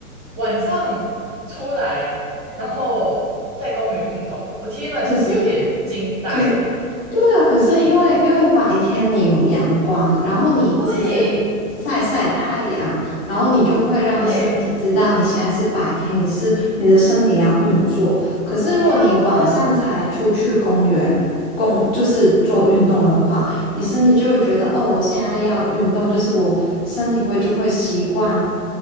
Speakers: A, on the right; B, on the left.
A: 晚上出来，然后在公园运动。我听了其实有点惊呆了耶！
B: 可是，可是，对啊，可是因为因为白天你有阳光，然后你其实晒晒太阳，
A: 对
B: 然后你就会让身体知道你现在是白天，
A: 对
B: 你是你的身体要运作。可是如果你晚上才出去公园公就是做运动的话，
A: 对啊，对啊，
B: 你身体就会觉得哦，我现在要运动，就是我身体会就会习惯